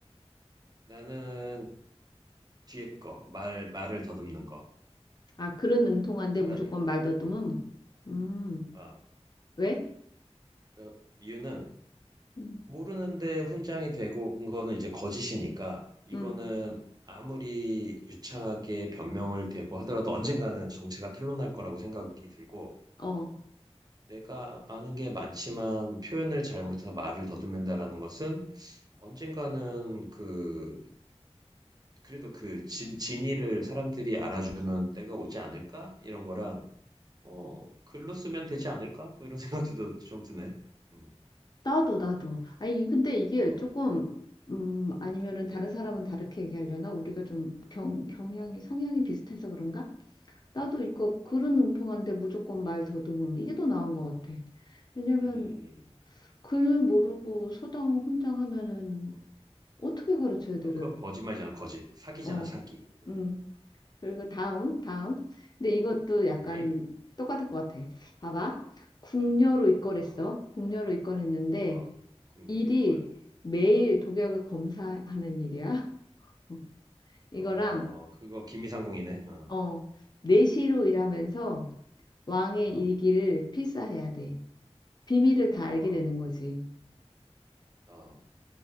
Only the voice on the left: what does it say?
아, 글은 능통한데
무조건 말 더듬음.
음,
왜?
음,
음,
어.
나도, 나도. 아니, 근데 이게
조금, 음, 아니면은 다른 사람은 다르게 얘기하려나? 우리가 좀 경, 경향이, 성향이 비슷해서 그런가? 나도
이거 글은 능통한데 무조건 말 더듬음 이게 더 나은 것 같아. 왜냐면
글 모르고 서당 혼장 하면은
어떻게 가르쳐 애들을?
어,
음. 그리고 다음,
다음. 근데 이것도 약간
똑같을 것 같아. 봐봐. 궁녀로
입건했어.
궁녀로 입건했는데
일이
매일 독약을 검사하는 일이야. 어, 이거랑
어, 내시로 일하면서 왕의
일기를 필사해야 돼. 비밀을 다 알게
되는 거지.